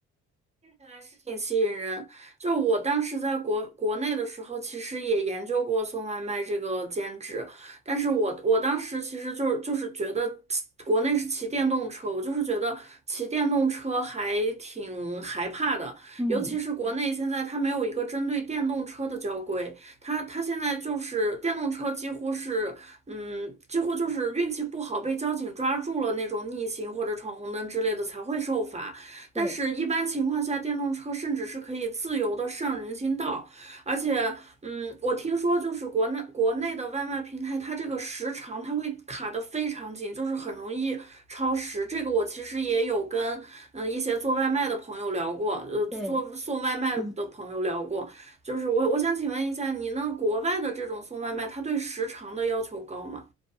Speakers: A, on the right; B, in the centre.
A: 看来是挺吸引人。就我当时在国国内的时候，其实也研究过送外卖这个兼职，但是我我当时其实就是就是觉得骑国内是骑电动车，我就是觉得骑电动车还挺害怕的，
B: 嗯，
A: 尤其是国内现在它没有一个针对电动车的交规，它它现在就是电动车几乎是嗯几乎就是运气不好被交警抓住了那种逆行或者闯红灯之类的才会受罚。
B: 对
A: 但是，一般情况下，电动车甚至是可以自由的上人行道，而且，嗯，我听说就是国内国内的外卖平台，它这个时长它会卡得非常紧，就是很容易超时。这个我其实也有跟嗯一些做外卖的朋友聊过，呃，做送外卖的朋友聊过，
B: 对，嗯，
A: 就是我我想请问一下，你那国外的这种送外卖，它对时长的要求高吗？